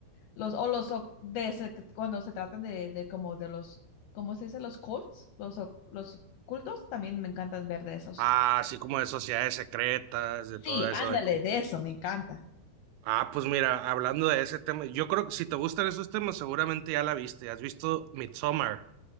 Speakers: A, on the left; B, on the right.
A: Los, o los o- de se- cuando se tratan de, de como de los, ¿cómo se dice? Los cults, los, o- los cultos, también me encantan ver de esos.
B: Ah, así como de sociedades secretas, de
A: Sí,
B: todo eso.
A: ándale,
B: de-
A: de eso, me encanta.
B: Ah, pues mira, hablando de ese tema, yo creo que si te gustan esos temas, seguramente ya la viste. ¿Has visto Midsommar?